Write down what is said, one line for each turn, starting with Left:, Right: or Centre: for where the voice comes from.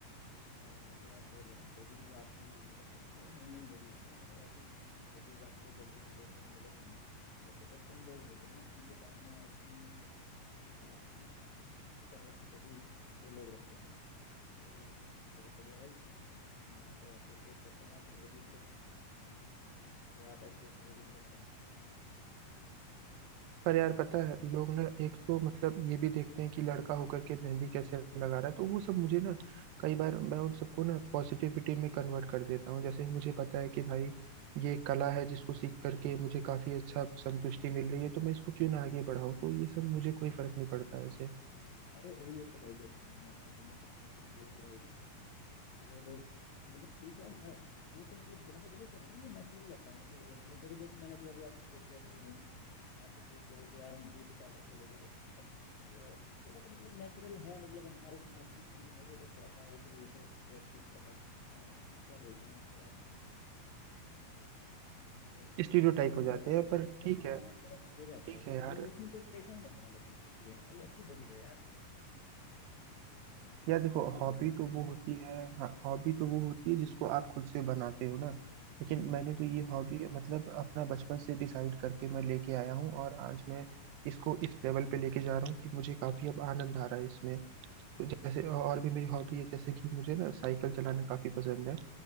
Left: अ, जो आप बोल रहे हैं ना हॉबीज आपकी मतलब अच्छी हैं नई नई हॉबीज हैं मतलब ऐसी किसी की हॉबीज आपको जल्दी से देखने को मिलेंगी नहीं मतलब बहुत कम लोग होते हैं जिनके पास में ऐसी अ, इस तरह की हॉबीज जो लोग रखते हैं तो बहुत बढ़िया भाई मैं तो अप्रिशिएट करता हूँ आपकी हॉबीज को कि आप ऐसी ऐसी हॉबीज रखते हैं
Right: पर यार
Left: गजब
Right: पता है लोग ना एक तो मतलब ये भी देखते हैं कि लड़का होकर के मेहंदी कैसे लगा रहा है तो वो सब मुझे ना कई बार मैं उन सबको ना पॉजिटिविटी में कन्वर्ट कर देता हूँ जैसे मुझे पता है कि भाई ये कला है जिसको सीख करके मुझे काफी अच्छा संतुष्टि मिल रही है तो मैं इसको क्यों
Left: हम्म
Right: ना आगे
Left: हम्म।
Right: बढ़ाऊँ तो ये सब मुझे कोई फर्क नहीं पड़ता ऐसे
Left: अरे वो ये तो भाई देखो दुनिया है दुनिया तो कुछ ना कुछ बोलती रहेगी और मतलब ठीक है मैं वो तो मतलब थोड़ा सा देखो क्या है ना ये नेचुरल लगता है कि मतलब देखो जैसे मैंने अभी अभी आपको छेड़ दिया शुरू में ही आपसे पूछते हुए कि यार हम ब्यूटी पार्लर खोलोगे क्या तो मतलब ये थोड़ा सा मतलब नेचुरल है मतलब हमारे समाज की चीज है ये तो थोड़ा सा उसी वजह से व्यक्ति थोड़ा सा अ, क्या बोलते हैं थोड़ा मतलब
Right: स्टीरियोटाइप
Left: क्या थोड़ा हम
Right: हो जाते
Left: हंसी
Right: हैं
Left: मत
Right: पर ठीक
Left: हाँ
Right: है
Left: हाँ, थोड़ा सा हो जाता
Right: ठीक
Left: है वो
Right: है यार
Left: वो उसमें कोई परेशान मत होना लेकिन उस चीज के लिए ना ये अच्छी हॉबी है यार
Right: यार
Left: बहुत
Right: देखो
Left: बढ़िया
Right: हॉबी
Left: हॉबी है।
Right: तो वो होती है हाँ हॉबी तो वो होती है जिसको आप खुद से बनाते हो ना लेकिन
Left: हम्म
Right: मैंने तो ये हॉबी मतलब अपना बचपन से डिसाइड करके मैं लेके आया हूँ और आज मैं इसको इस लेवल पे लेके जा रहा हूँ कि मुझे काफी अब आनंद आ रहा है इसमें तो जैसे और भी मेरी हॉबी है जैसे कि मुझे ना साइकिल चलाना काफी पसंद है